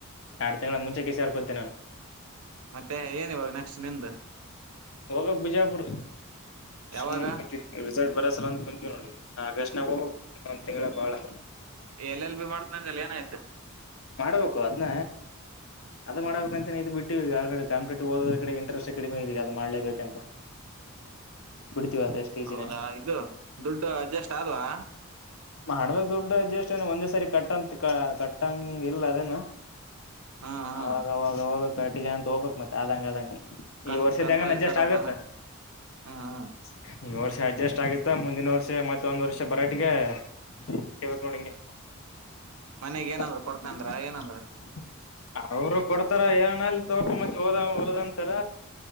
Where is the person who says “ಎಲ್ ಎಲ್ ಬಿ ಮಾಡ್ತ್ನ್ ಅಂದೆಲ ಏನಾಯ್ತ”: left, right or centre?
Right